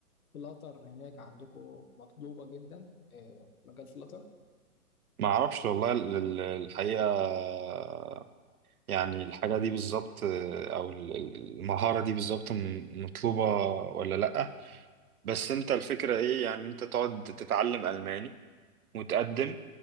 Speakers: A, on the left; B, on the right.
A: فلاتر هناك عندكم مطلوبة جدا آه، مجال فلاتر
B: ما اعرفش والله ال- ال- الحقيقه آه، يعني الحاجه دي بالظبط آه، او ال- ال- المهاره دي بالظبط م- مطلوبه ولا لا بس انت الفكره ايه يعني انت تقعد تتعلم الماني وتقدم